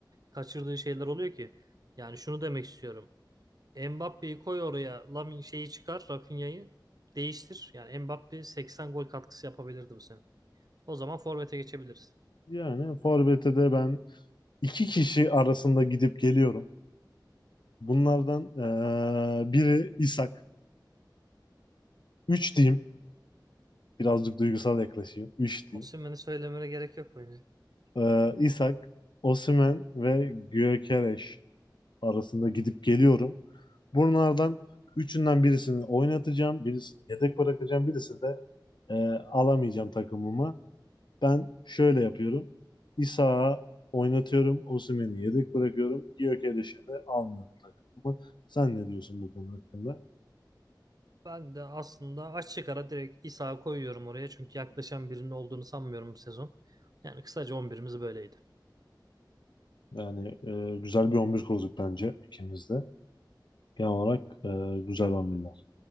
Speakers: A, on the right; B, on the left.
A: kaçırdığı şeyler oluyor ki. Yani şunu demek istiyorum. Mbappe'yi koy oraya Lamine şeyi çıkar Rafinha'yı değiştir. Yani Mbappe 80 gol katkısı yapabilirdi bu sene. O zaman forvete geçebiliriz.
B: yani Forvet'e de ben İki kişi arasında gidip geliyorum. Bunlardan eee, biri İshak. Üç diyeyim. Birazcık duygusal yaklaşayım. Üç
A: Osimhen'i
B: diyeyim.
A: söylemene gerek yok bence.
B: Eee İshak, Osimhen ve Gyökeres arasında gidip geliyorum. Bunlardan üçünden birisini oynatacağım. Birisini yedek bırakacağım. Birisini de eee, alamayacağım takımıma. Ben şöyle yapıyorum. İshak'ı oynatıyorum. Osimhen'i yedek bırakıyorum. Gyökeres'i de almıyorum takımıma. Sen ne diyorsun bu konu hakkında?
A: Ben de aslında açık ara direkt İsa koyuyorum oraya. Çünkü yaklaşan birinin olduğunu sanmıyorum bu sezon. Yani kısaca 11'imiz böyleydi.
B: Yani e, güzel bir 11 kurduk bence ikimiz de. Genel olarak e, güzel bir 11'ler.